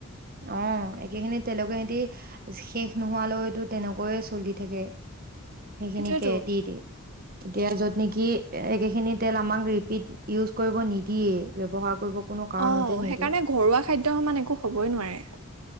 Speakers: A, on the right; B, on the right.
A: অ একেখিনিত তেলোকে সিতি শেষ নোহোৱালৈতো তেনেকৈয়ে চলি থাকে সেইখিনিকে
B: সেইটোয়েতো
A: দি দ এতিয়া য'ত নেকি স একেখিনি তেল আমাক ৰিপিট ইউজ কৰিব নিদিয়ে ব্যৱহাৰ কৰিব কোনো কাৰণতে
B: অ
A: নিদিয়ে
B: সেইকাৰণে ঘৰুৱা খাদ্্য সমান একো ক'বই নোৱাৰে